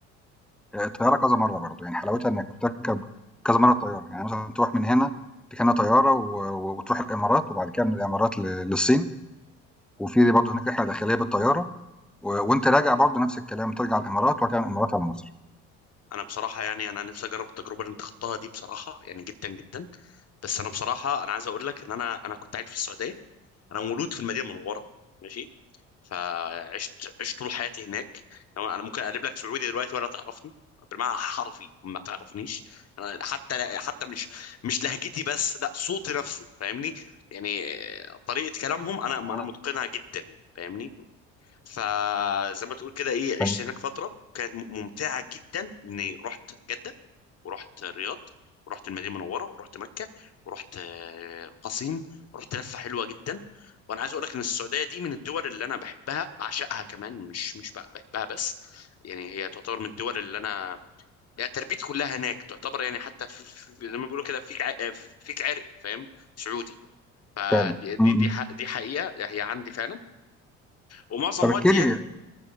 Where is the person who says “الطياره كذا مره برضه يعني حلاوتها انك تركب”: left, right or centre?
Centre